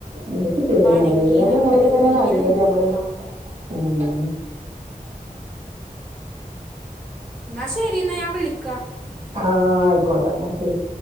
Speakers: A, on the right (about 50°); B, in the centre.
A: ഇന്റെട്ത്ത് ചെറ്യേ മോളൊ
B: ഡെങ്കിന്ന്
A: <unintelligible> ഇല്ലെതും
B: പറഞ്ഞിട്ട്
A: ഇങ്ങനെയൊക്കെ
B: എന്തെങ്കിലും
A: തന്നെ നല്ലത് നമ്മള്
B: ഇതാവും
A: ഉം <inaudible>
B: എന്നാ ശരി എന്നാ ഞാൻ വിളിക്കാ ട്ടോ
A: ആഹ് ആയിക്കോട്ടെ ഇന്നാ ശരി